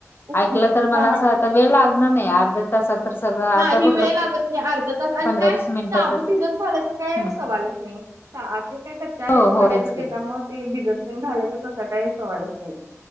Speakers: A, on the right; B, on the left.
A: उप
B: ऐकलं तर मला
A: हा
B: असं आता वेळ लागणार नाही अर्ध्या तासात तर सगळं
A: नाही
B: अर्धा
A: ही
B: कुठलं
A: वेळ लागत नाही अर्ध तास आणि
B: पंधरा
A: काय
B: वीस
A: शाबू
B: मिनिटातच
A: भिजत घालायच काय
B: हम्म.
A: सवालच नाही आधी काय कच्च
B: हो
A: हेच
B: हो
A: करायच
B: तेच की
A: तेच्यामुळ मग ते भिजत तेन घालायचा तस काही सवालच नाही आहे